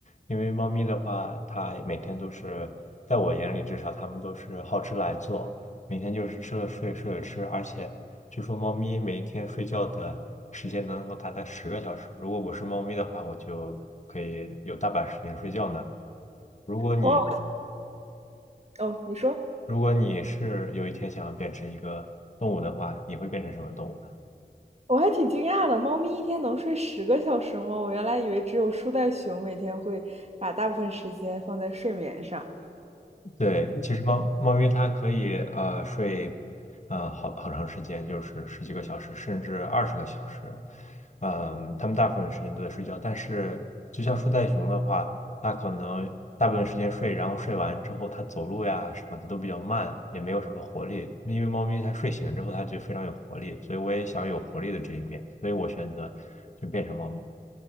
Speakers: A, on the left (about 45°); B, on the right (about 40°).
A: 因为猫咪的话，它每天都是，在我眼里至少，它们都是好吃懒做，每天就是吃了睡，睡了吃。而且据说猫咪每天睡觉的时间能够达到十个小时。如果我是猫咪的话，我就可以有大把时间睡觉呢。如果你
B: 哦，哦，你说，
A: 如果你是有一天想要变成一个动物的话，你会变成什么动物呢？
B: 我还挺惊讶的，猫咪一天能睡十个小时吗？我原来以为只有树袋熊每天会把大部分时间放在睡眠上。
A: 对，其实猫猫咪它可以呃睡呃好好长时间，就是十几个小时，甚至二十个小时。嗯，它们大部分时间都在睡觉，但是就像树袋熊的话，它可能大部分时间睡，然后睡完之后它走路呀什么的都比较慢，也没有什么活力。因为猫咪它睡醒之后它就非常有活力，所以我也想有活力的这一面，所以我选择就变成猫。